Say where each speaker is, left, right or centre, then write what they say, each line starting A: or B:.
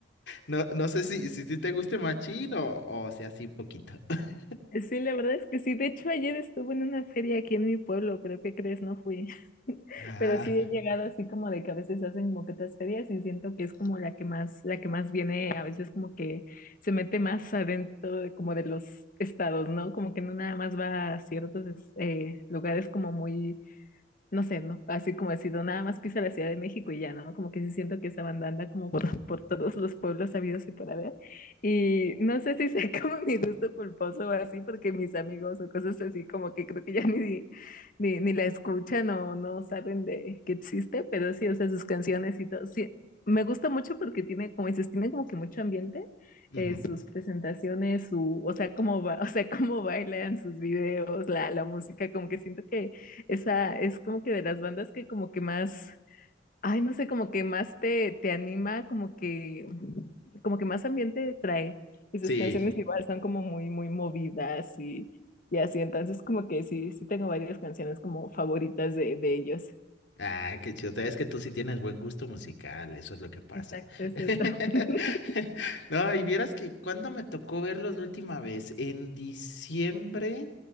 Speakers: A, on the left; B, on the left.
A: no, no sé si, si te guste machín o, o sea así poquito. <laughs>
B: Eh, Sí, la verdad es que sí. De hecho, ayer estuve en una feria aquí en mi pueblo, pero ¿qué crees? No fui. <laughs>
A: Ah,
B: Pero sí he llegado así como de que a veces hacen como que otras ferias y siento que es como la que más, la que más viene, a veces como que se mete más adentro de, como de los estados, ¿no? Como que no nada más va a ciertos es- eh, lugares como muy no sé, ¿no? Así como decido, nada más piso la Ciudad de México y ya, ¿no? Como que sí siento que esa banda anda como por, <laughs> por todos los pueblos sabidos y por haber. Y no sé si sea <laughs> como mi gusto culposo o así, porque mis amigos o cosas así como que creo que ya ni, ni, ni la escuchan o no saben de que existe, pero sí, o sea, sus canciones y todo. Sí, me gusta mucho porque tiene, como dices, tiene como que mucho ambiente.
A: ujú.
B: eh, sus presentaciones, su, o sea, cómo ba- <laughs> o sea, cómo bailan sus videos, la, la música, como que siento que esa es como que de las bandas que como que más, ay, no sé, como que más te, te anima, como que, como que más ambiente trae. Y sus
A: Sí.
B: canciones igual son como muy, muy movidas y, y así. Entonces como que sí, sí tengo varias canciones como favoritas de, de ellos.
A: Ah, qué chido. Es que tú sí tienes buen gusto musical, eso es lo que pasa.
B: Exacto, es
A: <laughs>
B: eso. <laughs>
A: No, y vieras que cuando me tocó verlos la última vez, en diciembre.